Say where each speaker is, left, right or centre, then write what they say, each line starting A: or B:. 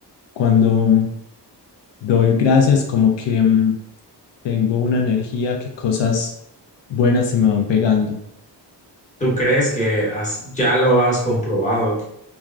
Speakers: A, on the left; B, on the left.
A: cuando doy gracias, como que... mm, tengo una energía que cosas buenas se me van pegando.
B: ¿Tú crees que has- ya lo has comprobado